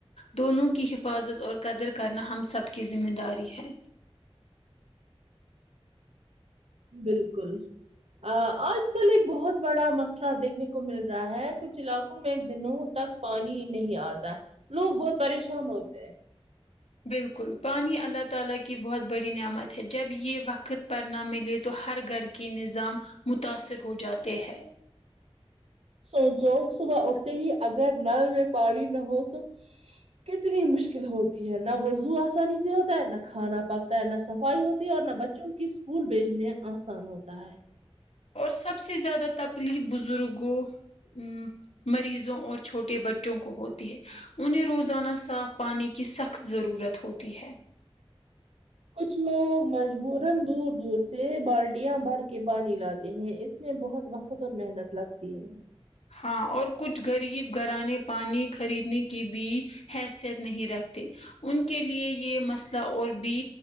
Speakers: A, on the left; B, on the right.
A: دونوں کی حفاظت اور قدر کرنا ہم سب کی ذمہ داری ہے
B: بالکل آ آج کل ایک بہت بڑا مسئلہ دیکھنے کو مل رہا ہے کچھ علاقوں میں دنوں تک پانی ہی نہیں آتا ہے لوگ بہت پریشان ہوتے ہیں
A: بالکل پانی اللہ تعالی کی بہت بڑی نعمت ہے جب یہ وقت پر نہ ملے تو ہر گھر کی نظام متاثر ہو جاتے ہیں
B: سوچو صبح اٹھتے ہی اگر نل میں پانی نہ ہو تو کتنی مشکل ہوتی ہے نہ وضو آسانی سے ہوتا ہے نہ کھانا پک تا نہ صفائی ہوتی ہے اور نہ بچوں کی اسکول بھیجنے آسان ہوتا ہے
A: اور سب سے زیادہ تکلیف بزرگوں ا مریضوں اور چھوٹے بچوں کو ہوتی ہے انہیں روزانہ صاف پانی کی سخت ضرورت ہوتی ہے
B: کچھ لوگ مجبورن دور دور سے بالٹیاں بھر کے پانی لاتے ہیں اس میں بہت وقت اور محنت لگتی ہے
A: ہاں اور کچھ غریب گھرانے پانی خریدنے کی بھی حیثیت نہیں رکھتے ان کے لیے یہ مسئلہ اور بھی